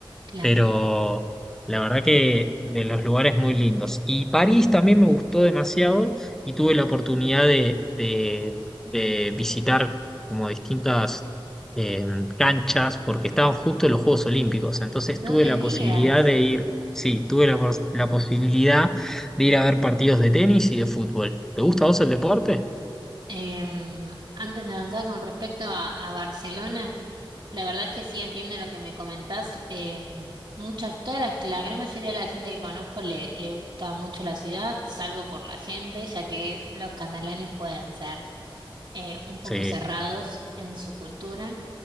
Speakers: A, on the right (about 60°); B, in the centre.
A: claro.
B: pero la verdad que de los lugares muy lindos. Y París también me gustó demasiado y tuve la oportunidad de, de- de visitar como distintas eh, canchas porque estaban justo los Juegos Olímpicos, entonces
A: No
B: tuve
A: me
B: la
A: digas.
B: posibilidad de ir, sí, tuve la, pos- la posibilidad de ir a ver partidos de tenis y de fútbol. ¿Te gusta a vos el deporte?
A: Em, antes de avanzar con respecto a, a Barcelona, la verdad es que sí entiendo lo que me comentás. Em, muchas, toda la, la gran mayoría de la gente que conozco le, le gusta mucho la ciudad, salvo por la gente, ya que los catalanes pueden ser eh, un poco
B: Sí.
A: cerrados en su cultura.